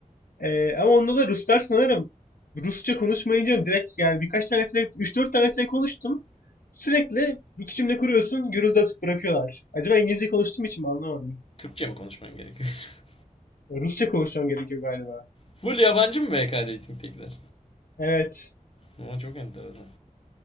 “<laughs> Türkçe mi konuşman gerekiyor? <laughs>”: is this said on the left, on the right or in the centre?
Left